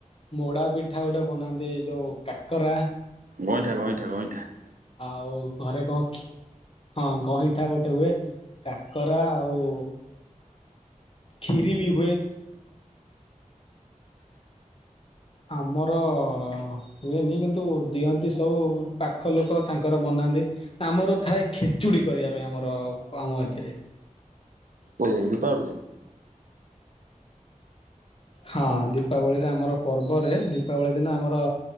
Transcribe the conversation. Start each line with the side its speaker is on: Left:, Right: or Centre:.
Left: ମୋଡ଼ା ପିଠା ଗୋଟେ ବନାନ୍ତି ଏଇ ଯୋଉ କାକରା।
Right: ଗଇଁଠା-ଗଇଁଠା-ଗଇଁଠା।
Left: ଆଉ ଘରେ କଣ ଖି ହଁ ଗଇଁଠା ଗୋଟେ ହୁଏ, କାକରା ଆଉ ଖୀରି ବି ହୁଏ। ଆମର ହୁଏନି କିନ୍ତୁ ଦିଅନ୍ତି ସବୁ ପାଖ ଲୋକ ତାଙ୍କର ବନାନ୍ତି। ଆମର ଥାଏ ଖେଚୁଡି କରିବା ପାଇଁ ଆମର ଆମ ଏଥିରେ।
Right: <unintelligible> ଦୀପାବଳୀ ରେ?
Left: ହଁ ଦୀପାବଳୀରେ ଆମର ପର୍ବରେ ଦୀପାବଳୀ ଦିନ ଆମର